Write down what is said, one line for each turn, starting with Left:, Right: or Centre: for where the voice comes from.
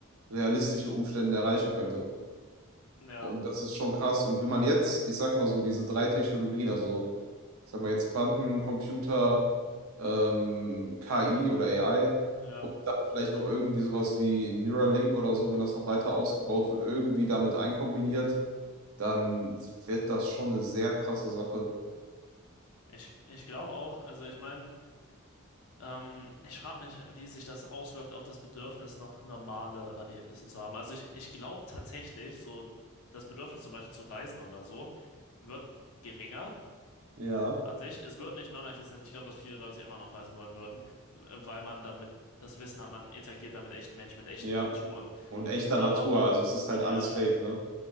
Right: realistischen Umständen erreichen könnte.
Left: ja,
Right: Und das ist schon krass. Und wenn man jetzt, ich sag mal so, diese drei Technologien, also ich sag mal jetzt Quantencomputer, ähm, KI oder AI
Left: ja.
Right: und dann vielleicht noch irgendwie sowas wie Neuralink oder so, wenn das noch weiter ausgebaut wird, irgendwie damit einkombiniert, dann wird das schon eine sehr krasse Sache.
Left: Ich, ich glaube auch, also ich meine, ähm, ich frage mich, wie sich das auswirkt auf das Bedürfnis, noch normale Erlebnisse zu haben. Also ich, ich glaube tatsächlich, so das Bedürfnis zum Beispiel zu reisen oder so, wird geringer
Right: Ja,
Left: an sich. Es wird nicht non-existent. Ich glaube, dass viele Leute immer noch reisen wollen würden, äh, weil man dann mit das Wissen hat, man interagiert dann mit echten Menschen, mit echten
Right: Ja.
Left: Kulturen.
Right: Und echter
Left: Aber
Right: Natur,
Left: o-
Right: also es ist halt
Left: ja,
Right: alles fake, ne?